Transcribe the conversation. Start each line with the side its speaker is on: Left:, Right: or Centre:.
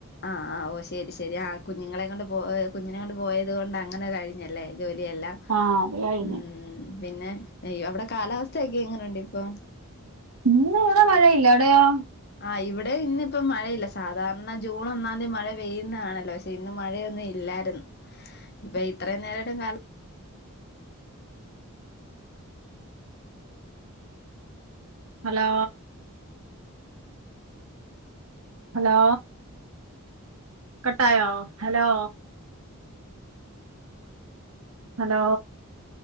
Left: ആഹ് ആഹ് ഓഹ് ശെരി ശെരി ആഹ് കുഞ്ഞുങ്ങളെകൊണ്ട് പോ പോ ഹ് കുഞ്ഞിനെകൊണ്ട് പോയതൊണ്ട് അങ്ങനെ കഴിഞ്ഞല്ലേ ജോലിയെല്ലാം.
Right: ആഹ് ഒക്കെകഴിഞ്ഞ്.
Left: ഉം പിന്നെ യ് അവിടെ കാലാവസ്ഥയക്കെ എങ്ങനെയുണ്ടിപ്പൊ?
Right: ഇന്നിവിടെ മഴയില്ല. അവിടെയോ?
Left: ആ ഇവിടെ ഇന്നിപ്പം മഴയില്ല സാധാരണ ജൂണൊന്നാന്തി മഴ പെയ്യുന്ന ആണല്ലോ ശെ ഇന്ന് മഴയൊന്നുല്ലായിര്ന്ന്
Right: <inaudible>
Left: പെ ഇത്രയും നേരയ്ട്ടും കാലാ
Right: ഹലോ ഹലോ കട്ടായോ ഹലോ ഹലോ